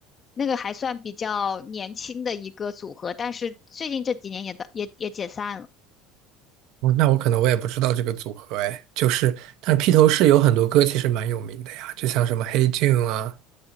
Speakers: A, on the left; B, on the right.
A: 那个还算比较年轻的一个组合，但是最近这几年也的也也解散了。
B: 哦，那我可能我也不知道这个组合哎，就是，但是披头士有很多歌其实蛮有名的呀，就像什么《Hey Jude》啊，